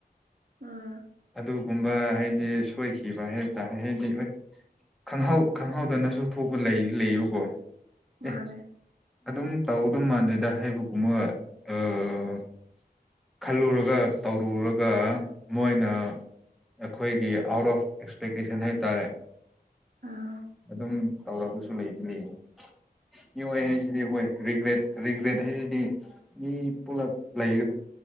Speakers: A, on the right (about 60°); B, in the centre.
A: ꯑꯥ
B: ꯑꯗꯨꯒꯨꯝꯕ ꯍꯥꯏꯕꯗꯤ ꯁꯣꯏꯈꯤꯕ ꯍꯥꯏꯕ ꯇꯥꯔꯦ ꯍꯥꯏꯗꯤ ꯍꫭꯏ ꯈꯪꯍꯧ ꯈꯪꯍꯧꯗꯅꯁꯨ ꯊꯣꯛꯄ ꯂꯩꯗꯤ ꯂꯩꯌꯦꯕꯀꯣ
A: ꯃꯥꯅꯦ
B: ꯑꯦ ꯑꯗꯨꯝ ꯇꯧꯗꯧ ꯃꯥꯟꯗ‌ꯦꯗ ꯍꯥꯏꯕꯒꯨꯝꯕꯒ ꯑꯥ ꯈꯜꯂꯨꯔꯒ ꯇꯧꯔꯨꯔꯒ ꯃꯣꯏꯅ ꯑꯈꯣꯏꯒꯤ ꯑꯥꯎꯠ ꯑꯣꯐ ꯑꯦꯛꯁꯄꯦꯛꯇꯦꯁꯟ ꯍꯥꯏꯕ ꯇꯥꯔꯦ
A: ꯑꯥ
B: ꯑꯗꯨꯝ ꯇꯧꯔꯛꯄꯁꯨ ꯂꯩꯗꯤ ꯂꯩꯌꯦ ꯃꯤꯑꯣꯏ ꯍꯥꯏꯁꯤꯗꯤ ꯍꯣꯏ ꯔꯤꯒ꯭ꯔꯦꯠ ꯔꯤꯒ꯭ꯔꯦꯠ ꯍꯥꯏꯁꯤꯗꯤ ꯃꯤ ꯄꯨꯂꯞ ꯂꯩꯒ